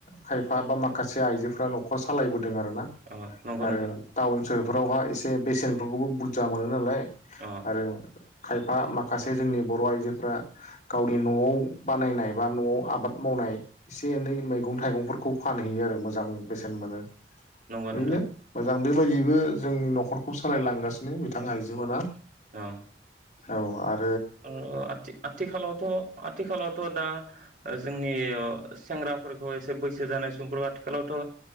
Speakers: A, on the left; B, on the right.
A: खायफा बा मा माखासे आइजोफोरा नखर सालायबोदों आरो ना
B: अ नंगौ
A: आरो
B: नोंथां
A: टाउन सोहोर बेफोरावहा एसे बेसेनफोरखौबो बुरजा मोनो नालाय
B: अ
A: आरो खायफा माखासे जोंनि बर आइजोफोरा गावनि नआव बानायनाय बा नआव आबाद मावनाय एसे एनै मैगं थाइगंफोरखौ फानहैयो आरो मोजां बेसेन मोनो
B: नंगौ नोंथां
A: ओरैनो मोजां बेबायदिबो जोंनि नखरखौ सालायलांगासिनो बिथां आइजो मोना
B: औ
A: औ आद
B: आ आथि आथिखालावथ आथिखालावथ दा जोंनि सेंग्राफोरखौ एसे बैसो जानाय सुबुं आथिखालावथ